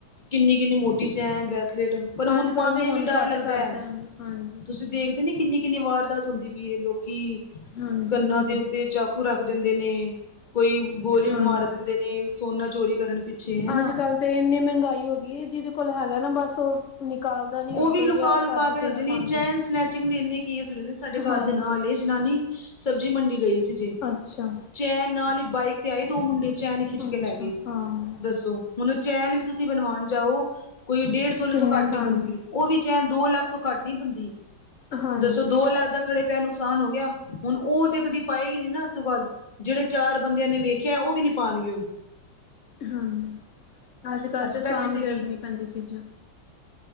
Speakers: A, on the left (about 25°); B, on the left (about 70°).
A: ਕਿੰਨੀ ਕਿੰਨੀ ਮੋਟੀ ਚੈਨ, ਬ੍ਰੈਸਲੇਟ ਪਰ ਹੁਣ
B: ਅੱਜ ਕੱਲ੍ਹ
A: ਪਾਉਂਦਿਆਂ
B: ਤੇ ਹੁਣ
A: ਵੀ ਡਰ
B: ਘੱਟ
A: ਲੱਗਦਾ
B: ਕਰਤਾ
A: ਹੈ।
B: ਹਾਂਜੀ
A: ਤੁਸੀਂ ਦੇਖਦੇ ਨੇ ਕਿੰਨੀ ਕਿੰਨੀ ਵਾਰਦਾਤ ਹੁੰਦੀ ਵੀ। ਇਹ ਲੋਕੀ
B: ਹਾਂਜੀ
A: ਕੰਨਾਂ ਦੇ ਤੇ ਚਾਕੂ ਰੱਖ ਦਿੰਦੇ ਨੇ ਕੋਈ ਗੋਲੀ
B: ਹਾਂਜੀ
A: ਮਾਰ ਦਿੰਦੇ ਨੇ ਸੋਨਾ ਚੋਰੀ ਕਰਨ ਪਿੱਛੇ ਹਨਾ
B: ਅੱਜ ਕੱਲ ਤੇ ਇੰਨੀ ਮਹਿੰਗਾਈ ਹੋ ਗਈ ਹੈ। ਜਿਹਦੇ ਕੋਲ ਹੈਗਾ ਨਾ ਬਸ ਉਹ ਨਿਕਾਲਦਾ ਨੀ ਹੁਣ
A: ਉਹ ਵੀ
B: ਕੋਈ
A: ਲੁਕਾ
B: ਵਿਆਹ ਸ਼ਾਦੀ
A: ਲੁਕਾ ਕੇ
B: ਤੇ
A: ਰੱਖਦੇ
B: ਨਹੀਂ ਪਾਉਂਦੇ
A: ਨੇ। ਚੈਨ ਸਨੈਚਿੰਗ ਦੇ ਇੰਨੇ ਕੇਸ ਹੋ ਜਾਂਦੇ ਸਾਡੇ ਘਰ
B: ਹਾਂਜੀ
A: ਦੇ ਨਾਲ ਇਹ ਜਨਾਨੀ ਸਬਜ਼ੀ ਮੰਡੀ ਗਈ ਸੀ ਜੇ।
B: ਅੱਛਾ
A: ਚੈਨ ਨਾਲ ਹੀ ਬਾਈਕ ਤੇ ਆਈ ਦੋ ਮੁੰਡੇ ਚੈਨ ਖਿੱਚ ਕੇ
B: ਅੱਛਾ
A: ਲੈ ਗਏ
B: ਹਾਂ
A: ਦੱਸੋ। ਹੁਨੂੰ ਚੈਨ ਵੀ ਤੁਸੀਂ ਬਣਵਾਉਣ ਜਾਓ। ਕੋਈ ਡੇਢ ਤੋਲੇ
B: ਕਿੰਨੇ
A: ਤੋਂ ਘੱਟ
B: ਹਾਂਜੀ
A: ਨੀ ਬਣਦੀ। ਉਹ ਵੀ ਚੈਨ ਦੋ ਲੱਖ ਤੋਂ ਘੱਟ ਨਹੀਂ ਬਣਦੀ।
B: ਹਾਂਜੀ
A: ਦੱਸੋ, ਦੋ ਲੱਖ ਦਾ ਖੜੇ ਪਿਆ ਨੁਕਸਾਨ ਹੋ ਗਿਆ, ਹੁਣ ਉਹ ਤੇ ਕਦੀ ਪਾਏਗੀ ਨੀ ਨਾ ਉਸ ਤੋਂ ਬਾਅਦ ਜਿਹੜੇ ਚਾਰ ਬੰਦਿਆਂ ਨੇ ਵੇਖਿਆ ਉਹ ਵੀ ਨੀ ਪਾਉਣਗੇ ਹੂਣ
B: ਹਾਂ ਅੱਜ ਕੱਲ੍ਹ ਤਾਂ
A: ਬੈਠੇ
B: ਸਾਂਭ
A: ਤੇ
B: ਕੇ
A: ਵੀ
B: ਰੱਖਣੀ ਪੈਂਦੀਆਂ ਚੀਜ਼ਾਂ।